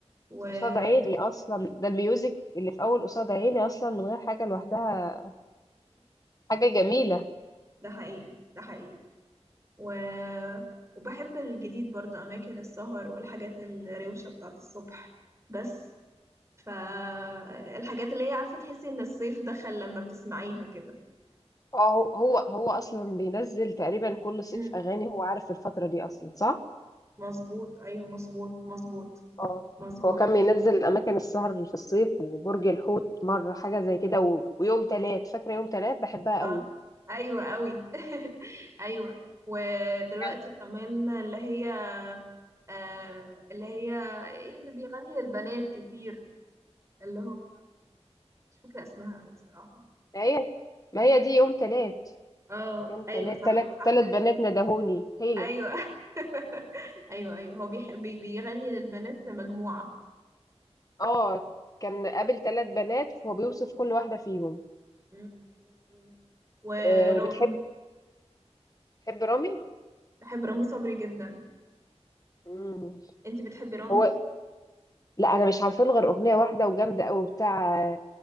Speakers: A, on the right; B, on the left.
A: وخطيرة
B: قصاد عيني اصلا ده الميوزك اللي في اول قصاد عيني اصلا من غير حاجه لوحدها حاجه جميله
A: ده حقيقي ده حقيقي و... وبحب الجديد برضه أماكن السهر والحاجات الروشة بتاعت الصبح بس فالحاجات اللي هي عارفة تحسي إن الصيف دخل لما بتسمعيها كده
B: اه هو هو هو اصلا بينزل تقريبا كل صيف
A: مم.
B: اغاني هو عارف الفتره دي اصلا صح
A: مظبوط أيوة مظبوط مظبوط
B: اه
A: مظبوط
B: هو كان بينزل اماكن السهر اللي في الصيف وبرج الحوت مره حاجه زي كده و... ويوم تلات فاكره يوم تلات بحبها
A: صح
B: قوي
A: أيوة أوي <laughs> أيوة ودلوقتي
B: يعني
A: كمان اللي هي آه اللي هي إيه اللي بيغني للبنات كتير اللي هو مش فاكرة اسمها أوي بصراحة
B: ما هي ما هي دي يوم تلات
A: اه
B: يوم تلات
A: ايوه صح
B: تلات
A: صح
B: تلات بنات ندهوني هي
A: ايوه <laughs> ايوه ايوه هو بيحب بي- بيغني للبنات مجموعة
B: اه كان قابل تلات بنات هو بيوصف كل واحده فيهم
A: مم. مم. ورامي
B: آه وبتحب تحب رامي
A: بحب رامي صبري جدا
B: مم.
A: انتي بتحبي رامي
B: هو لا انا مش عارفه له غير اغنيه واحده وجامده قوي بتاع